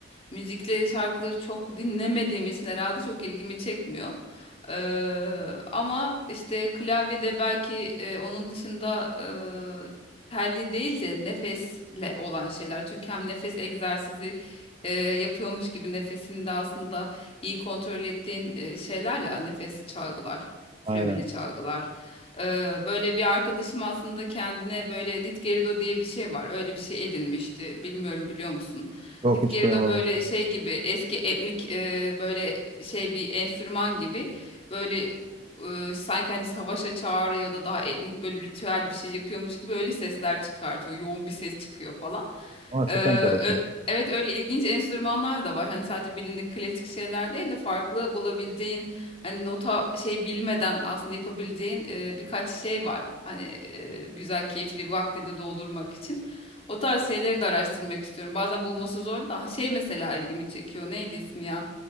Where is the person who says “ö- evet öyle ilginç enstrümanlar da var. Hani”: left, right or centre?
Left